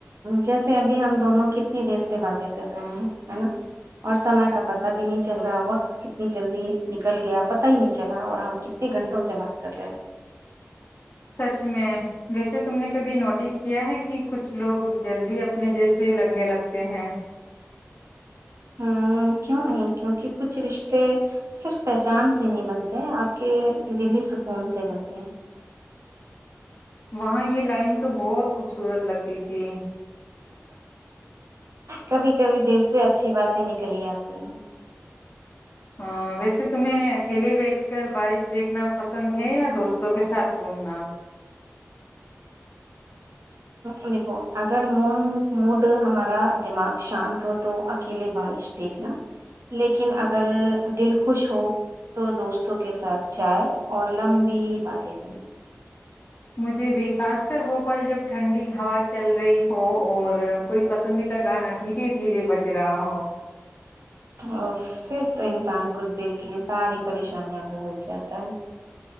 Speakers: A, on the right (about 80°); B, on the left (about 50°).
A: جیسے ابھی ہم دونوں کتنی دیر سے باتیں کر رہے ہیں ہے نا اور سمے کا پتا بھی نہیں چل رہا وقت کتنی جلدی نکل گیا پت ہی نہیں چلا اور ہم کتنے گھنٹوں سے بات کر رہے ہیں
B: سچ میں ویسے تم نے کبھی نوٹس کیا ہے کہ کچھ لوگ جلدی اپنے جیسے لگنے لگتے ہیں
A: ہ کیوں نہیں کیونکہ کچھ رشتے صرف پہچان سے نہیں بنتے آپ کے دل ہی سکون سے بنتے ہیں
B: وہاں یہ لائن تو بہت خوبصورت لگتی تھی
A: کبھی کبھی دل سے اچھی باتیں نکلی آتی ہیں
B: ہاں ویسے تمہیں اکیلے بیٹھ کر بارش دیکھنا پسند ہے یا دوستوں کے ساتھ گھومنا
A: ہ دیکھو اگر م مڈ ہمارا دماغ شانت ہو تو اکیلے بارش دیکھنا لیکن اگر دل خوش ہو تو دوستوں کے ساتھ جائے اور لمبی باتیں کرنی
B: مجھے بھی خاص کر وہ پل جب ٹھنڈی ہوا چل رہی ہو اور کوئی پسندیدہ گانا دھیرے دھیرے بج رہا ہو
A: ا پھر تو انسان کچھ دیر کے لیے ساری پریشانیاں کو بھول جاتا ہے